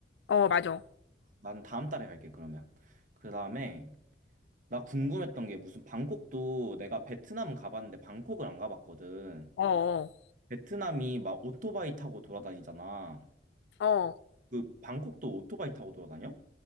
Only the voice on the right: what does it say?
난 다음 달에 갈게, 그러면. 그 다음에, 나 궁금했던 게 무슨 방콕도 내가 베트남 가봤는데 방콕을 안 가봤거든.
베트남이 막 오토바이 타고 돌아다니잖아.
그 방콕도 오토바이 타고 돌아다녀?